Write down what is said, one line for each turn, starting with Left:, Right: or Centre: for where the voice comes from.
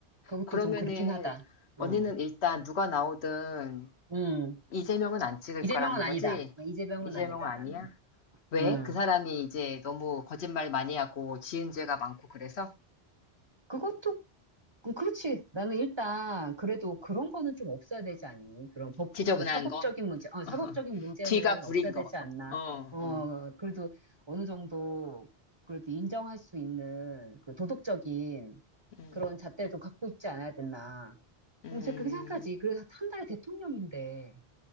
Right: 그것도
Left: 그러면은
Right: 좀 그렇긴 하다.
Left: 언니는
Right: 어,
Left: 일단 누가 나오든
Right: 음.
Left: 이재명은 안 찍을
Right: 이재명은
Left: 거라는
Right: 아니다.
Left: 거지?
Right: 어, 이재명은
Left: 이재명은
Right: 아니다,
Left: 아니야?
Right: 나는.
Left: 왜?
Right: 음.
Left: 그 사람이 이제 너무 거짓말 많이 하고 지은 죄가 많고 그래서
Right: 그것도, 그- 그렇지. 나는 일단, 그래도 그런 거는 좀 없어야 되지 않니? 그런 법,
Left: 지저분한
Right: 그 사법적인
Left: 거,
Right: 문제, 어,
Left: <laughs>
Right: 사법적인 문제는
Left: 뒤가 구린
Right: 없어야
Left: 거.
Right: 되지 않나?
Left: 어, 어,
Right: 어, 그래도 어느 정도, 그래도 인정할 수 있는 그 도덕적인
Left: 음,
Right: 그런 잣대도 갖고 있지 않아야 되나?
Left: 음,
Right: 그래서 그렇게 생각하지. 그래서 한 달에 대통령인데.